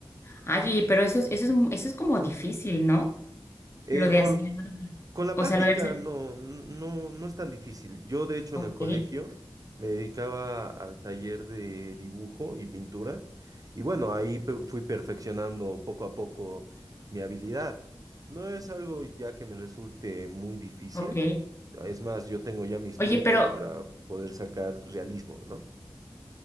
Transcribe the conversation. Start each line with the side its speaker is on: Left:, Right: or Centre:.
Left: Ay, pero eso es, eso es, eso es como difícil, ¿no?
Right: Eh,
Left: Lo de
Right: con,
Left: hacer,
Right: Con la
Left: o
Right: práctica
Left: sea, lo de hacer.
Right: no, no, no es tan difícil. Yo, de hecho,
Left: Ok,
Right: en el colegio me dedicaba al taller de dibujo y pintura. Y bueno, ahí pe- fui perfeccionando poco a poco mi habilidad. No es algo ya que me resulte muy difícil.
Left: ok.
Right: Es más, yo tengo ya mis
Left: Oye,
Right: trucos
Left: pero,
Right: para poder sacar realismo, ¿no?